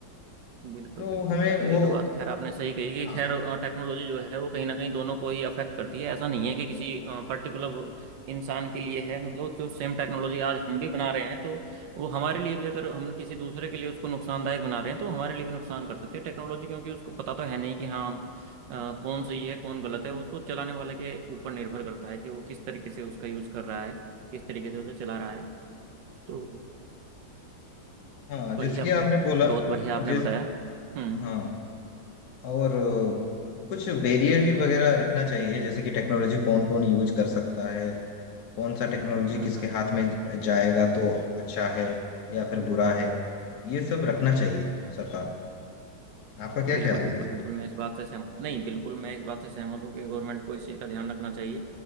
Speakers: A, on the right (about 75°); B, on the left (about 60°).
A: बिल्कुल
B: तो
A: बिल्कुल
B: हमें
A: बिल्कुल
B: वो
A: ये तो बात खैर आपने सही कही कि
B: हाँ
A: खैर टेक्नोलॉजी जो है वो कहीं ना कहीं दोनों को ही अफेक्ट करती है ऐसा नहीं है कि किसी पर्टिकुलर इंसान के लिए है मतलब जो सेम टेक्नोलॉजी आज हम भी बना रहे हैं तो वो हमारे लिए भी अगर हम किसी दूसरे के लिए उसको नुकसानदायक बना रहे हैं तो हमारे लिए भी नुकसान कर सकते हैं टेक्नोलॉजी क्योंकि उसको पता तो है नहीं कि हाँ हम अ, कौन सही है कौन गलत है उसको चलाने वाले के ऊपर निर्भर करता है कि वो किस तरीके से उसका यूज कर रहा है किस तरीके से उसे चला रहा है तो
B: हाँ जैसे
A: बढ़िया
B: कि आपने बोला
A: बहुत बढ़िया आपने
B: जिस
A: बताया हम्म
B: हाँ और अ, कुछ बैरियर भी वगैरह रखना चाहिए जैसे कि टेक्नोलॉजी कौन कौन यूज कर सकता है कौन सा टेक्नोलॉजी
A: हम्म
B: किसके
A: हम्म
B: हाथ में जाएगा तो अच्छा है या फिर बुरा है ये सब रखना चाहिए सरकार को आपका क्या
A: बिल्कुल
B: ख्याल
A: बिल्कुल
B: है इसमें
A: बिल्कुल मैं इस बात से सहमत नहीं बिल्कुल मैं इस बात से सहमत हूँ कि गवर्नमेंट को इस चीज़ का ध्यान रखना चाहिए